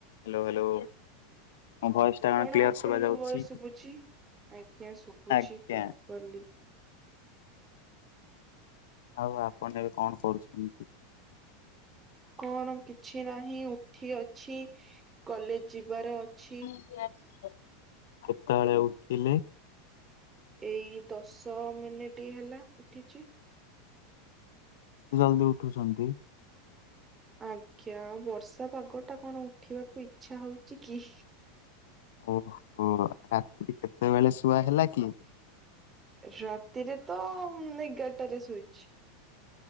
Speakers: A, on the left; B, on the right.
A: Hello hello. ମୋ voice ଟା
B: କଣ
A: କ୍ଲିୟର
B: ଆପଣଙ୍କ
A: ଶୁଭା ଯାଉଛି?
B: ଭୟେସ ଶୁଭୁଛି ଆଜ୍ଞା ଶୁଭୁଛି
A: ଆଜ୍ଞା
B: ପ୍ରପରଲି।
A: ଆଉ ଆପଣ ଏବେ କଣ କରୁଛନ୍ତି?
B: କଣ କିଛି ନାହିଁ ଉଠି ଅଛି କଲେଜ୍ ଯିବାର ଅଛି।
A: <unintelligible> କେତେବେଳେ ଉଠିଲେ?
B: ଏଇ ଦଶ ମିନିଟି ହେଲା ଉଠିଛି।
A: ଜଲ୍ଦି ଉଠୁଛନ୍ତି?
B: ଆଜ୍ଞା ଆଉ ବର୍ଷା ପାଗ ଟା କଣ ଉଠିବାକୁ ଇଚ୍ଛା ହଉଛି କି?
A: ଓହୋ ରାତିି କେତେବେଳେ ଶୁଆ ହେଲା କି?
B: ରାତିରେ ତ ଏଗାରଟାରେ ଶୋଇଛି।